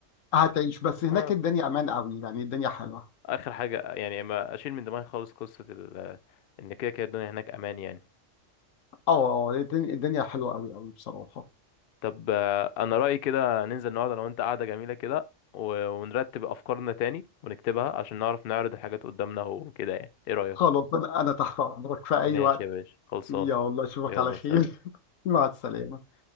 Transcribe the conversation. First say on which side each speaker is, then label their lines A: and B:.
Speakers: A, on the left; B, on the left.
A: هتعيش بس هناك
B: <laughs>
A: الدنيا
B: اه
A: امان قوي يعني الدنيا حلوه
B: اخر حاجة يعني ما اشيل من دماغي خالص قصة ال ان كده كده الدنيا هناك امان يعني
A: اه الدنيا الدنيا حلوه قوي قوي بصراحه
B: طب آه، انا رأيي كده ننزل النهارده لو انت قاعدة جميلة كده و- ونرتب افكارنا تاني ونكتبها عشان نعرف نعرض الحاجات قدامنا وكده يعني ايه رأيك
A: خلاص انا أنا تحت امرك في اي
B: ماشي
A: وقت
B: يا باشا خلصانه
A: يا الله اشوفك
B: يلا
A: على خير
B: سلام
A: <laughs> مع السلامة